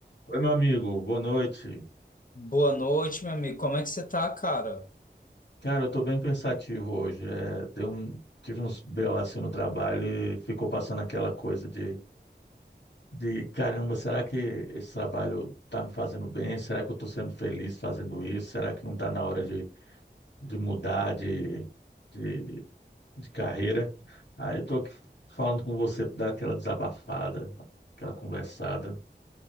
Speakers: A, on the left; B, on the left.
A: Oi, meu amigo, boa noite.
B: Boa noite, meu amigo. Como é que você tá, cara?
A: Cara, eu tô bem pensativo hoje. É, deu um- tive uns BO assim no trabalho e ficou passando aquela coisa de, de caramba, será que esse trabalho tá me fazendo bem? Será que eu tô sendo feliz fazendo isso? Será que não tá na hora de, de mudar de, de, de carreira? Aí eu tô aqui falando com você pra dar aquela desabafada, aquela conversada. O